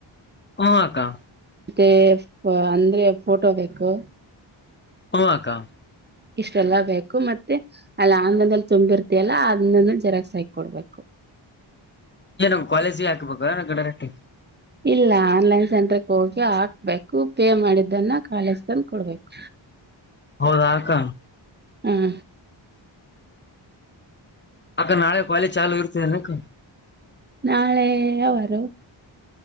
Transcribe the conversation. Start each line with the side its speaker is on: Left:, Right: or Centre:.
Left: ಹ ಅಕ್ಕಾ
Right: ಮತ್ತೆ ಅಂದ್ರೆ ಫೋಟೋ ಬೇಕು
Left: ಹೂ ಅಕ್ಕಾ
Right: ಇಷ್ಟೆಲ್ಲ ಬೇಕು ಮತ್ತೆ ಅಲ್ಲಿ ಆನ್ಲೈನ್ ತುಂಬಿರ್ತಯಲ್ಲ ಅದನ್ನನು ಜೆರಾಕ್ಸ್ ಹಾಕ್ ಕೊಡ್ಬೇಕು
Left: ಏ ನಂಗ್ ಕಾಲೇಜಿ ಹಾಕ್ಬೇಕ ನ ಗಡರಟ್ಟಿ
Right: ಇಲ್ಲ ಆನ್ಲೈನ್ ಸೆಂಟ್ರುಗೆ ಹೋಗಿ ಹಾಕ್ಬೇಕು ಪೇ ಮಾಡಿದ್ದನ್ನ ಕಾಲೇಜ್ಗೆ ತಂದ್ ಕೊಡ್ಬೇಕು
Left: ಹೌದಾಕ್ಕ
Right: ಹ್ಮಂ
Left: ಅಕ್ಕ ನಾಳೆ ಕಾಲೆಜು ಚಾಲು ಇರ್ತದೆನಕ್ಕ
Right: ನಾಳೆ ಯಾವಾರು